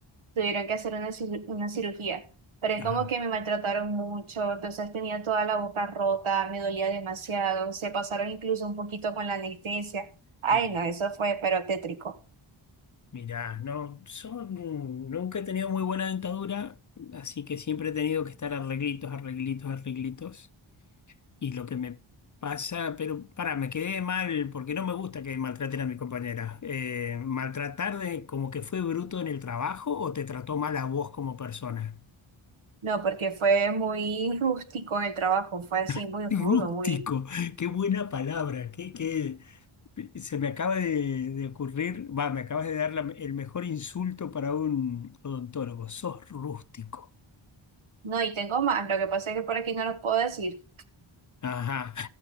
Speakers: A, on the right; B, on the left.
A: tuvieron que hacer una, cir- una cirugía, pero es
B: Ah,
A: como que me maltrataron mucho, entonces tenía toda la boca rota, me dolía demasiado, se pasaron incluso un poquito con la anestesia. Ay,
B: y
A: no, eso fue, pero tétrico.
B: mirá, no, son, nunca he tenido muy buena dentadura, así que siempre he tenido que estar arreglitos, arreglitos, arreglitos. Y lo que me pasa, pero para, me quedé mal porque no me gusta que maltraten a mi compañera. Eh, ¿maltratar de como que fue bruto en el trabajo o te trató mal a vos como persona?
A: No, porque fue muy rústico el trabajo, fue así
B: <laughs>
A: muy rudo,
B: Rústico,
A: muy...
B: qué buena palabra, qué, qué- se me acaba de, de ocurrir, va, me acabas de dar la- el mejor insulto para un odontólogo, sos rústico.
A: No, y tengo más, lo que pasa es que por aquí no los puedo decir.
B: Ajá.